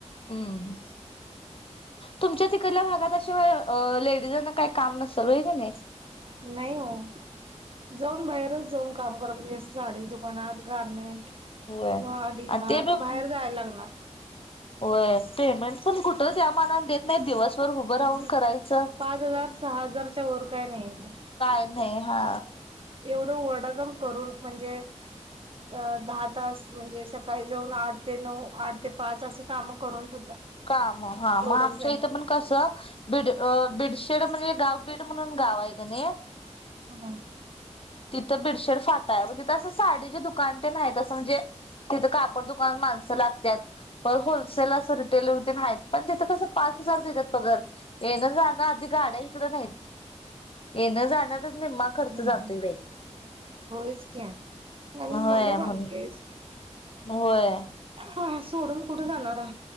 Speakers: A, on the left; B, on the right.
A: हम् तुमच्यात एक तिथल्या भागात अस लेडीजांना काही काम नसेल होय कि नाही
B: नाही हो जाऊन बाहेरच जाऊन काम खर म्हणजे साडी दुकानात गारमेंट किंवा
A: होय
B: डी
A: आणि
B: मार्ट
A: ते पण
B: बाहेर जायला लागणार
A: होय पेमेंट पण कुठं त्या मनानं देत नाहीत दिवसभर उभं
B: हम्म,
A: राहून करायचं
B: पाच हजार सहा हजारच्या वर काय नाही
A: काय नाही हा
B: एवढं वडाताण करून म्हणजे अ दहा तास म्हणजे सकाळी जाऊन आठ ते नऊ आठ ते पाच असं कामं करून सुद्धा
A: काम हा मग
B: एवढंच
A: आमच्या
B: पेमेंट
A: इथं पण कसं बिड बीडशेड म्हणजे गाव बीड म्हणून गाव आहे का नाही
B: हम्म
A: तिथं बिडशेड फाटा आहे मग तिथं असं साडीचे दुकान तेन आहेत असं म्हणजे तिथ कापड दुकानात माणसं लागत्यात परत होलसेल असेल रि टेलर तेण आहेत पण तिथं कसं पाच हजार देत्यात पगार येन जाणं आधी गाड्या इकडं नाहीत येन जान्यातच निम्मा खर्च
B: हम्
A: जातोय
B: हम्
A: बाई
B: होयच कि आणि
A: होय
B: मुलं बारकी
A: म्हण
B: आहेत
A: होय
B: हा सोडून कुठे जाणारा